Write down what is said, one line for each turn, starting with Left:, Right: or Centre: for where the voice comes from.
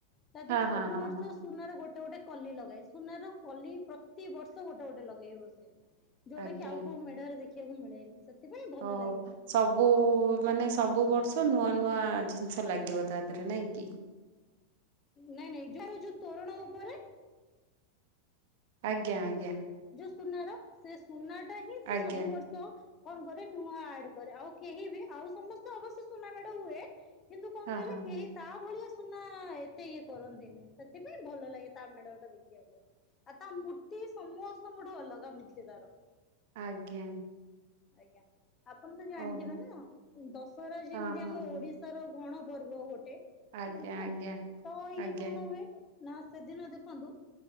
Left: ତା ଦେହରେ
Right: ହଁ
Left: ସବୁ
Right: ହଁ ହଁ
Left: ବର୍ଷ
Right: ହଁ
Left: ସୁନାର ଗୋ ଗଟେ ଗୋଟେ କଲି ଲଗାଏ ସୁନାର କଲି ପ୍ରତି ବର୍ଷ ଗୋଟେ ଗୋଟେ ଲଗେଇ ବ ଯୋଉଟା
Right: ଆଜ୍ଞା
Left: କି ଆଉ କଉ ମେଢରେ ଦେଖିବାକୁ ମିଳେନି ସେଥିପାଇଁ ଭଲ
Right: ହଉ
Left: ଲାଗେ
Right: ସବୁ ମାନେ ସବୁ ବର୍ଷ ନୂଆ ନୂଆ ଜିନିଷ ଲାଗିବ ତା ଦେହରେ ନାଇଁ କି।
Left: ନାଇଁ ନାଇଁ ଯଆର ଯୋଉ ତୋରଣ ଉପରେ
Right: ଆଜ୍ଞା ଆଜ୍ଞା।
Left: ଯୋଉ ସୁନାର ସେ ସୁନା ଟା ହିଁ ସେ
Right: ଆଜ୍ଞା
Left: ସବୁ ବର୍ଷ ତ କଣ କରେ ନୂଆ ଆଡ କରେ ଆଉ କେହି ବି ଆଉ ସମସ୍ତେ ଅବଶ୍ୟ ସୁନା ମେଡ ହୁଏ। କିନ୍ତୁ କଅଁ
Right: ଆଜ୍ଞା ହଁ
Left: କହିଲେ
Right: ହଁ
Left: କେହି
Right: ହଁ
Left: ତା ଭଳିଆ ସୁନା ଏତେ ଇଏ କରନ୍ତିନି ସେଥିପାଇଁ ଭଲ ଲାଗେ ତା ମେଡ ଗଟା ଦେଖିବାକୁ। ଆଉ ତା ମୂର୍ତ୍ତି ସମସ୍ତଙ୍କଠୁ ଅଲଗା ମୂର୍ତ୍ତି ତାର।
Right: ଆଜ୍ଞା।
Left: ଆଜ୍ଞା ଆପଣ ତ ଜାଣିଥିବେ
Right: ଓହୋ।
Left: ନା ଦଶହରା ଯେମିତି
Right: ହଁ ହଁ
Left: ଆମ
Right: ହଁ
Left: ଓଡିଶା ଓଡ଼ିଶାର ଗଣ ପର୍ବ ଗୋଟେ
Right: ଆଜ୍ଞା
Left: ହେଲା
Right: ଆଜ୍ଞା
Left: ତ ଇଏ
Right: ଆଜ୍ଞା
Left: କଣ ହୁଏ ନା ସେଦିନ ଦେଖନ୍ତୁ